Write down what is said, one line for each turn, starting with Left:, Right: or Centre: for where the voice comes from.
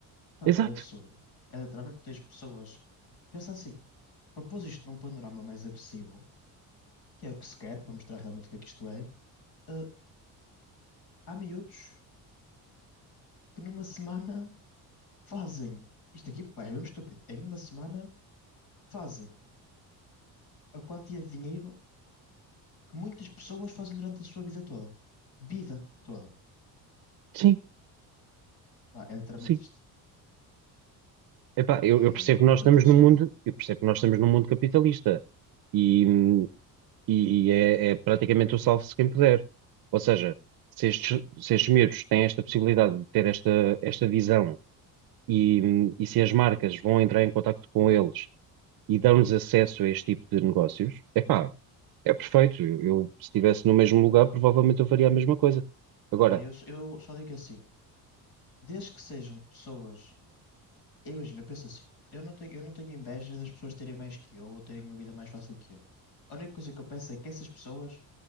Left: Pá,
Right: Exato.
Left: é absurdo. É literalmente tens pessoas. Pensa assim, para pôr isto num panorama mais agressivo, que é o que se quer, para mostrar realmente o que é que isto é, eh, há miúdos que numa semana fazem. Isto aqui, pá, é mesmo estúpido. Em uma semana fazem a quantia de dinheiro que muitas pessoas fazem durante a sua vida toda. Vida toda.
Right: Sim,
Left: Pá, é literalmente
Right: sim.
Left: isto.
Right: Epá, eu,
Left: É
Right: eu percebo
Left: completamente
Right: que nós estamos
Left: absurdo.
Right: num mundo, eu percebo que nós estamos num mundo capitalista e, hum, e é, é praticamente o salve-se quem puder. Ou seja, se estes, se estes miúdos têm esta possibilidade de ter esta, esta visão e, hum, e se as marcas vão entrar em contacto com eles e dão-lhes acesso a este tipo de negócios, epá, É perfeito. Eu, eu, se estivesse no mesmo lugar, provavelmente eu faria a mesma coisa. Agora,
Left: Epá, eu, eu só digo assim, desde que sejam pessoas. eu Imagino, eu penso assim, eu não tenho, eu não tenho inveja das pessoas terem mais que eu ou terem uma vida mais fácil que eu. A única coisa que eu penso é que essas pessoas